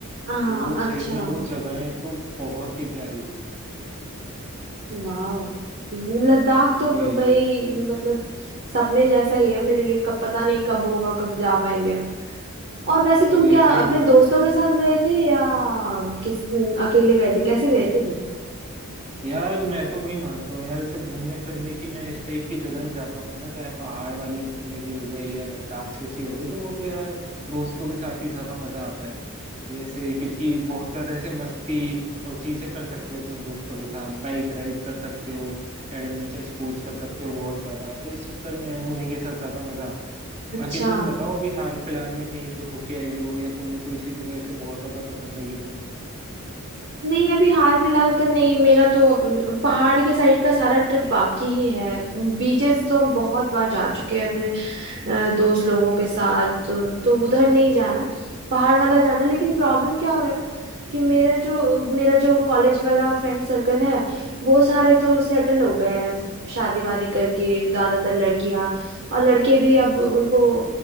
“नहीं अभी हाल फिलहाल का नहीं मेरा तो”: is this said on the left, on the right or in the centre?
Right